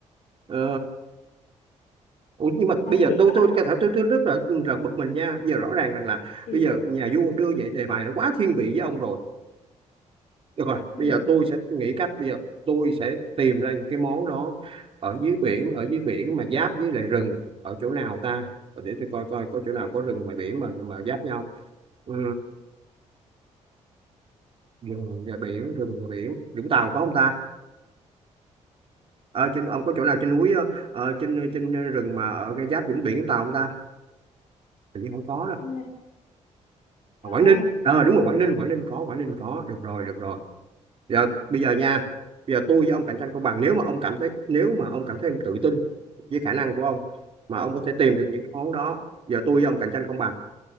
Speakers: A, on the right (about 45°); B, on the left (about 75°).
A: Ờ, Ủa, nhưng mà
B: nói
A: bây giờ
B: thiệt
A: tôi
B: á.
A: tôi có thể tôi, tôi rất là rất bực mình nha. Bây giờ rõ ràng rằng là
B: Ừ,
A: bây giờ nhà vua đưa vậy đề bài nó quá thiên vị với ông rồi. Được rồi,
B: ừ,
A: bây giờ tôi sẽ nghĩ cách, bây giờ tôi sẽ tìm ra những cái món đó ở dưới biển, ở dưới biển mà giáp với lại rừng ở chỗ nào ta? Ờ, Để tôi coi coi có chỗ nào có rừng mà biển mà mà giáp nhau. Ừ, rừng và biển, rừng và biển. Vũng Tàu có không ta? Ờ, trên ông có chỗ nào trên núi ờ, ờ, trên trên rừng mà ở cái giáp vĩnh biển chúng ta không ta? Tự nhiên không có đâu.
B: Ừ,
A: Ở
B: trời
A: Quảng
B: ơi,
A: Ninh. Ờ đúng rồi Quảng Ninh, Quảng Ninh có, Quảng Ninh có. Được rồi, được rồi. Giờ bây giờ nha. Bây giờ tôi với ông cạnh tranh công bằng nếu mà ông cảm thấy nếu mà ông cảm thấy em tự tin với khả năng của ông mà ông có thể tìm được những cái món đó. Giờ tôi với ông cạnh tranh công bằng.